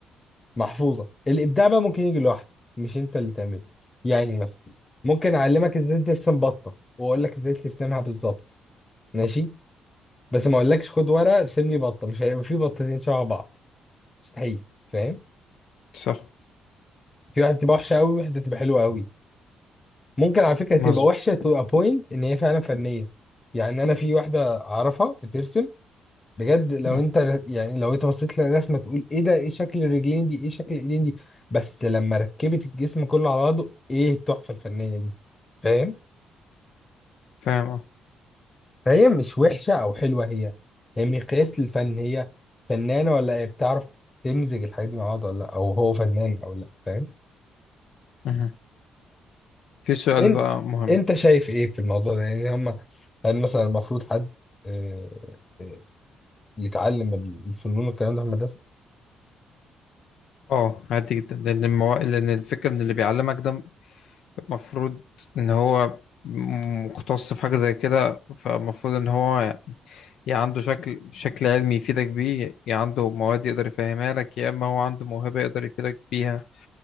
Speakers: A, on the left (about 25°); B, on the left (about 75°).
A: محفوظة الابداع بقى ممكن يجي لوحده مش انت اللي تعمله يعني مثلا ممكن اعلمك ازاي ترسم بطة واقول لك ازاي ترسمها بالظبط ماشي بس ما اقولكش خد ورقة ارسم لي بطة مش هيبقى في بطتين شبه بعض مستحيل فاهم
B: صح
A: في واحدة تبقى وحشة قوي وواحدة تبقى حلوة قوي ممكن على فكرة
B: مظبوط
A: تبقى وحشة تو ا بوينت ان هي فعلا فنية يعني انا في واحدة اعرفها بترسم بجد لو
B: مم.
A: انت ر- يعني لو انت بصيت للرسمه تقول ايه ده ايه شكل الرجلين دي ايه شكل الايدين دي بس لما ركبت الجسم كله على بعضه ايه التحفه الفنيه دي فاهم
B: فاهم اه
A: فهي مش وحشه او حلوه هي هي مقياس للفن هي فنانه ولا هي بتعرف تمزج الحاجات دي مع بعض ولا لا او هو فنان او لا فاهم
B: مهم. في سؤال
A: انت
B: بقى مهم
A: انت شايف ايه في الموضوع ده يعني هم هل مثلا المفروض حد آه، آه، يتعلم الفنون والكلام ده في المدرسه
B: اه عادي جدا لان المو... لان الفكرة ان اللي بيعلمك ده المفروض ان هو مختص في حاجة زي كده فالمفروض ان هو يعني يا عنده شكل شكل علمي يفيدك بيه يا عنده مواد يقدر يفهمها لك يا اما هو عنده موهبة يقدر يفيدك بيها